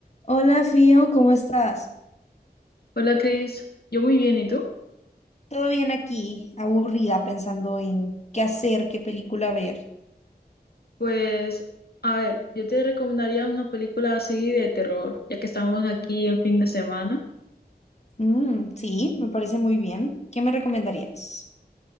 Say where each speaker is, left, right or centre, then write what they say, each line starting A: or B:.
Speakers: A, on the left; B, on the left.
A: Hola, Fío, ¿cómo estás?
B: Hola Cris, yo muy bien, ¿y tú?
A: Todo bien aquí, aburrida, pensando en qué hacer, qué película ver.
B: Pues, a ver, yo te recomendaría una película así de terror, ya que estamos aquí en fin de semana.
A: Mm, sí, me parece muy bien. ¿Qué me recomendarías?